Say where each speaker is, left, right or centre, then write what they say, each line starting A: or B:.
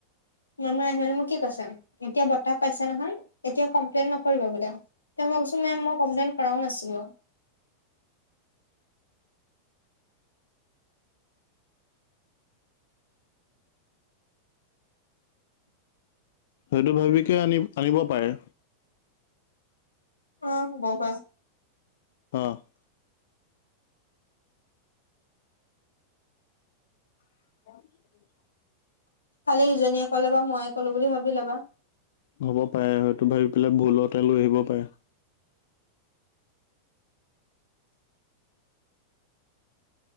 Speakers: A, on the left; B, on the left.
A: মেমে আহি পেলে মোক কি কৈছে, এতিয়া বতাহ পাইছা নহয়! এতিয়া কমপ্লেইন নকৰিবা! বোলে তেতিয়া মই কৈছোঁ! মেম কমপ্লেইন কৰাও নাছিলোঁ!
B: সেইটো ভাবিকে আনিম আনিব পাৰে।
A: অ', শুব পাৰা।
B: অ' <unintelligible>
A: খালি ইজনীয়ে ক'লে! বা ময়ে ক'লোঁ বুলি ভাবি লবা।
B: হ'ব পাৰে! হয়তো ভাবি পেলাই ভুলতে লৈ আহিব পাৰে!